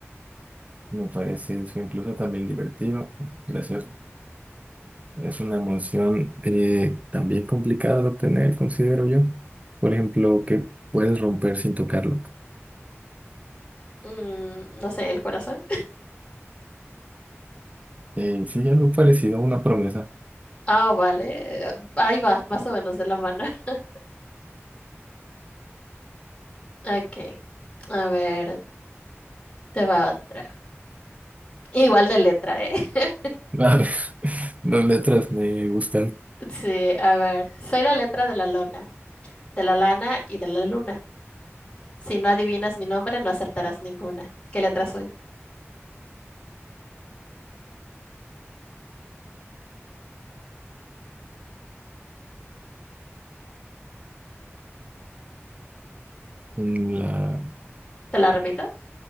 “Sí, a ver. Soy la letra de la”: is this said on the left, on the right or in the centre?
Left